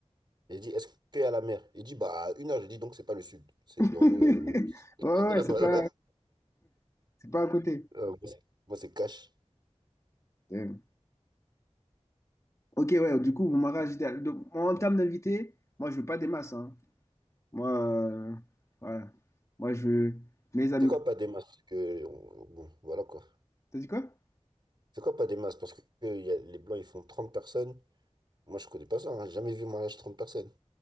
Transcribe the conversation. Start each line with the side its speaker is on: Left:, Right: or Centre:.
Right: Il dit, est-ce qu'il y a la mer? Il dit, bah, à une heure. J'ai dit, donc c'est pas le sud, c'est
Left: <laughs>
Right: dans le, le... <laughs>
Left: Ouais, ouais,
Right: là-bas.
Left: c'est pas,
Right: là.
Left: c'est pas à côté.
Right: Euh, moi, c'est moi, c'est cash.
Left: Euh, Ok, ouais, du coup, mon mariage idéal. Donc, moi, en termes d'invités, moi, je veux pas des masses. hein. Moi, euh, voilà. Moi, je veux mes amis.
Right: C'est quoi pas des masses? Parce Que, on- Bon, voilà quoi.
Left: T'as dit quoi?
Right: C'est quoi pas des masses? Parce que euh, il y a- les Blancs, ils font trente personnes. Moi, je connais pas ça. hein. J'ai jamais vu un mariage 30 personnes.